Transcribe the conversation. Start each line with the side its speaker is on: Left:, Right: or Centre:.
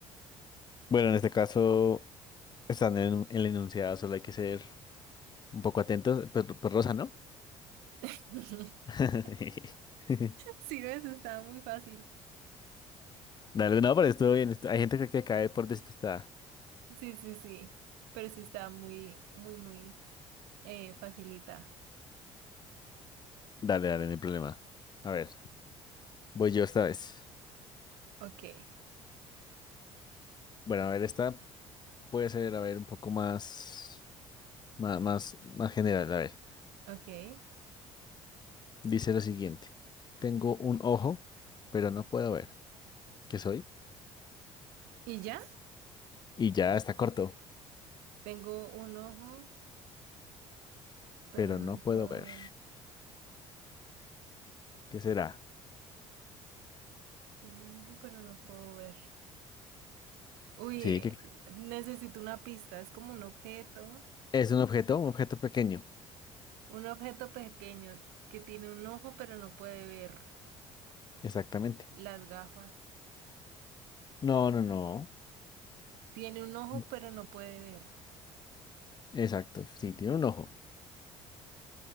Left: Bueno, en este caso, están en el enunciado, solo hay que ser un poco atentos. Pues, pues Rosa, ¿no?
Right: <laughs>
Left: <laughs>
Right: Sí, ves, estaba muy fácil.
Left: Dale, no, pero estuvo bien. estu- Hay gente que, que cae por despistada.
Right: Sí, sí, sí. Pero sí estaba muy, muy, muy eh, facilita.
Left: Dale, dale, no hay problema. A ver, voy yo esta vez.
Right: Ok,
Left: Bueno, a ver, esta puede ser, a ver, un poco más, más, más, más general. A ver,
Right: ok.
Left: dice lo siguiente. Tengo un ojo, pero no puedo ver. ¿Qué soy?
Right: ¿Y ya?
Left: Y ya está corto,
Right: Tengo un ojo, pero
Left: pero
Right: no
Left: no puedo
Right: puedo
Left: ver.
Right: ver.
Left: ¿Qué será?
Right: Tengo un ojo, pero no puedo ver. Uy,
Left: Sí,
Right: eh,
Left: que
Right: necesito una pista. Es como un objeto,
Left: Es un objeto, un objeto pequeño.
Right: un objeto pequeño que tiene un ojo, pero no puede ver.
Left: Exactamente.
Right: Las gafas.
Left: No, no, no.
Right: Tiene un ojo,
Left: No.
Right: pero no puede ver.
Left: Exacto. Sí, tiene un ojo.